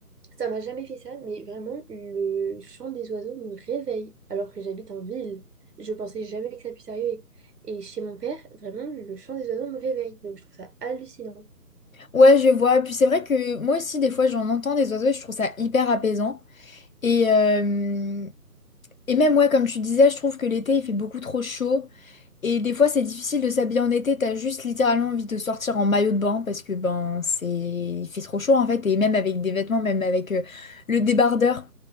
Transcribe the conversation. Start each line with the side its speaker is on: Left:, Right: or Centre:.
Right: ça m'a jamais fait ça, mais vraiment, le chant des oiseaux me réveille alors que j'habite en ville. Je pensais jamais que ça puisse arriver. Et chez mon père, vraiment, le chant des oiseaux me réveille. Donc, je trouve ça hallucinant.
Left: Ouais, je vois. Puis c'est vrai que moi aussi, des fois, j'en entends des oiseaux et je trouve ça hyper apaisant. Et, euh, et même, ouais, comme tu disais, je trouve que l'été, il fait beaucoup trop chaud. Et des fois, c'est difficile de s'habiller en été, t'as juste littéralement envie de sortir en maillot de bain parce que ben c'est il fait trop chaud en fait et même avec des vêtements, même avec euh, le débardeur,